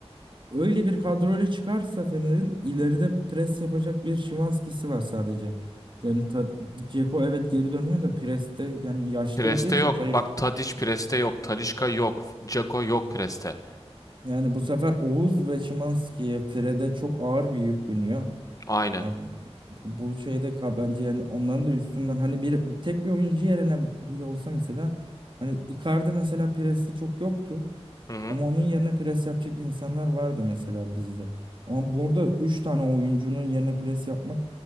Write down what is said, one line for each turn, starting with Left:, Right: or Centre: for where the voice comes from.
Right: Öyle bir kadroyla çıkarsa Fener'in ileride pres yapacak bir Şimanski'si var sadece. Yani ta, Dzeko evet geri dönüyor da preste yani yaşlı
Left: Preste
Right: olduğu için
Left: yok.
Right: zayıf.
Left: Bak Tadiç preste yok. Talisca yok. Dzeko yok preste.
Right: Yani bu sefer Oğuz ve Şimanski'ye Fred'e çok ağır bir yük biniyor.
Left: Aynen.
Right: Ya bu, bu şeyde ka- bence yani onların da üstünden hani bir tek bir oyuncu yerine bu olsa mesela hani Icardi mesela presti çok yoktu.
Left: Hı hı.
Right: Ama onun yerine pres yapacak insanlar vardı mesela bizde. Ama burada 3 tane oyuncunun yerine pres yapmak